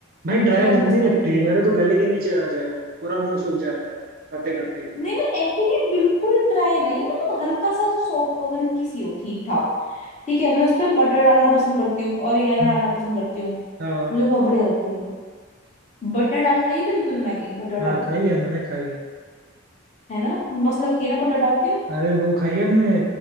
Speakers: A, on the right; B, on the left.
A: भाई
B: है ना
A: ड्राई
B: तो क्या
A: गंदी
B: मस्त
A: लगती
B: बनती
A: है
B: है
A: मेरे तो गले के नीचे ना जाए वो पूरा मुंह सूख जाता है खाते खाते ही
B: नहीं मैं ऐसी नहीं बिल्कुल ड्राई नहीं मतलब हल्का सा सॉफ्ट हो हल्की सी हो ठीक ठाक ठीक है मैं उस पर बटर डालना पसंद करती हूँ ऑरिगेनो
A: हम्म।
B: डालना पसंद करती हूँ
A: हाँ
B: मुझे बहुत बढ़िया लगती है वो बटर डाल के खाइए कभी तूने मैगी बटर
A: हाँ
B: डाल
A: खाई
B: के
A: है मैंने खाई है
B: है ना मस्त लगती है ना बटर डाल के
A: अरे वो खाई आपने